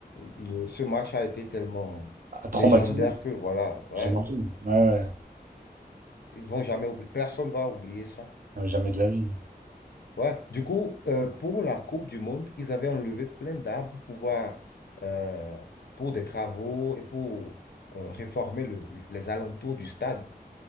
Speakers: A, on the left; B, on the right.
A: le- ce match a été tellement
B: Ah, traumatisant,
A: légendaire que voilà, ouais,
B: j'imagine. Ouais, ouais.
A: ils vont jamais oublier, personne va oublier ça.
B: ouais, Jamais de la vie.
A: Ouais. Du coup, euh, pour la Coupe du Monde, ils avaient enlevé plein d'arbres pour pouvoir, euh, pour des travaux et pour euh, réformer le- les alentours du stade,